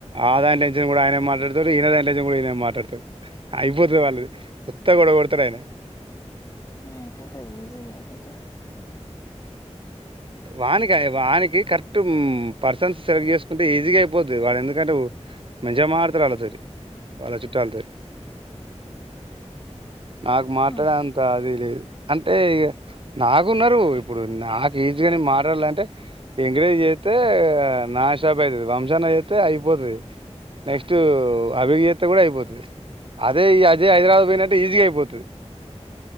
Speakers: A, on the right; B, on the left.
A: ఆ దాషన్ కూడా ఆయన మాట్లాడతాడు ఈయన దాషన్ కూడా ఈయన మాట్లాడతాడు అయిపోతది వాళ్ళది ఉత్త గొడవ కొడతాడు ఆయన
B: ఆ అయిపోతుంది ఈజీగా అయిపోతది
A: వానికి వానికి కరెక్ట్ పర్సన్స్ సెలెక్ట్ చేసుకుంటే ఈజీగా అయిపోద్ది వాళ్ళ ఎందుకంటే మంచిగా మాట్లాడుతాడు వాళ్ళతోటీ వాళ్ళ చుట్టాల తోటి నాకు మాట్లాడే
B: మా
A: అంత అది లేదు అంటె ఇగ నాకున్నారు ఇప్పుడు నాకు ఈజీగా న మాట్లాడాలంటే ఇంక్రెజ్ అయితే నా షాప్ అవుతుంది వంశాన చేతే అయిపోతుది నెక్స్ట్ అబి జేతే కూడా అయిపోతుంది అదే అజే హైదరాబాద్ పోయినట్టే ఈజీగా అయిపోతుంది